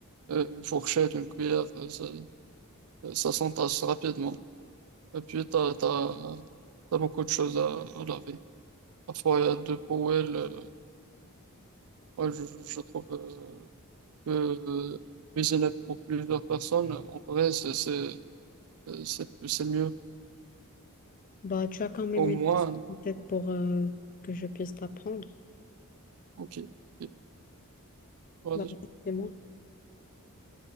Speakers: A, on the right (about 70°); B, on the left (about 40°).
A: euh, une fourchette, une cuillère, euh, ça, euh, ça s'entasse rapidement. Et puis, t'as, t'as, t'as beaucoup de choses à, à laver. Parfois, il y a deux poêles. euh, moi, je, je je trouve euh, que euh, cuisiner pour plusieurs personnes, en vrai, c'est, c'est, euh, c'est c'est mieux.
B: Bah, tu as quand même
A: Au
B: une
A: moins,
B: recette en tête pour euh, que je puisse t'apprendre.
A: ok, ok, vas-y,
B: Bah, c'est moi.